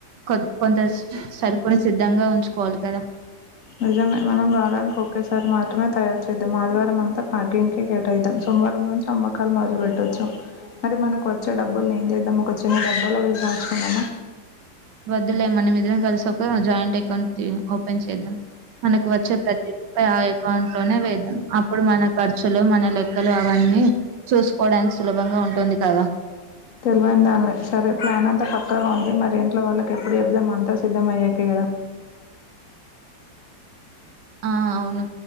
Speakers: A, on the right; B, on the left.
A: కొ కొంత సరుకుని సిద్ధంగా ఉంచుకోవాలి కదా
B: నిజమే మనం వరనికి ఒకేసారి మాత్రమే తయారు చేద్దాం ఆదివారం అంతా ప్యాకింగ్ కె కేటాయిద్దాం సో సోమవారం నుంచి అమ్మకాలు మొదలు పెట్టొచ్చు మరి మనకు వచ్చే డబుల్ని ఏం చేద్దాం ఒక చిన్న డబ్బా లొ వేస్ దాచుకుందామా
A: వద్దులే మనమిదరం కలిసి ఒక జాయింట్ అకౌంట్ తి ఓపెన్ చేద్దాం మనకు వచ్చే ప్రతి రు పాయి ఆ అకౌంట్ లోనే వేదాం అప్పుడు మన కర్చులు మన లెక్ క్కలు అవన్నీ చూసుకోవడానికి సులభంగా ఉంటుంది కదా
B: తెలివైన దానివే సరే ప్లాన్ అంతా పక్కగా ఉంది మరి ఇంట్లో వాళ్ళకి ఎప్పుడు చెపుదాం అంత సిద్ధం అయ్యాకే కదా
A: ఆ అవును